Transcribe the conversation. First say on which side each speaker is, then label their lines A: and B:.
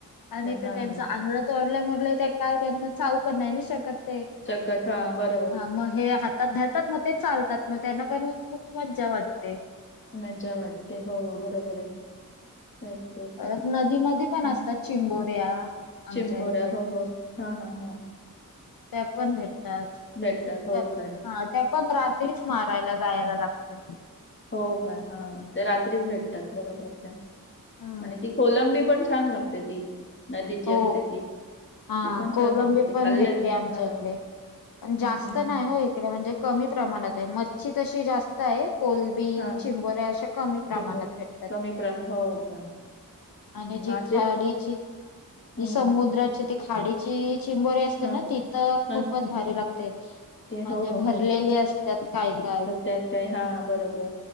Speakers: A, on the left (about 75°); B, on the left (about 35°).
A: आणि ते
B: हा
A: त्यांचं आंगळ तोडल्यामुळे ते काय ते त्यांना चाऊ पण नाही न शकत ते.
B: चगत हा भर
A: हा, मग हे हातात धरतात मग ते चालतात, मग त्यांना पण मग खूप मज्जा वाटते.
B: मज्जा वाटते, हो बरोबर आहे. <unintelligible> <inaudible>
A: आ नदीमध्ये पण
B: हं,
A: असतात चिंबोऱ्या.
B: चिंबोऱ्या
A: आमच्या इथे
B: हो हो, हा हा हा.
A: त्या पण भेटतात,
B: भेटतात हो
A: हा
B: काय
A: त्या प पण रात्रीच मारायला जायला लागत.
B: हो काय, हा ते रात्रीच भेटतात बरोबर त्या
A: हम्म
B: आणि ती कोलंबी पण छान लागते ती. नदीची
A: हो,
B: असते ती
A: हा,
B: ती पण
A: कोलंबी
B: छान लागते
A: पण
B: खाल्लंय
A: भेटते
B: मी
A: आमच्या
B: हा
A: इकडे. पण
B: हम्म
A: जास्त
B: हम्म हम्म
A: नाही
B: हम्म.
A: ना इकडे म्हणजे कमी प्रमाणात आहे. मच्छी तशी जास्त आहे, कोल बी,
B: हा
A: चिंबोऱ्या अशा कमी प्रमाणात
B: चिंबोरी
A: भेटत्यात.
B: कमी प्रमाण हो का
A: <inaudible>
B: हम्म,
A: खथाडीची
B: मासे
A: <unintelligible>
B: हम्म
A: जी समुद्राची ती खाडीची चिंबोरी असते
B: हा
A: ना, तिथ
B: हा
A: खूपच भारी लागते.
B: ते
A: म्हणजे
B: हो हो हो
A: भरलेली असत्यात, काय काय.
B: तर त्या काय हां बरोबर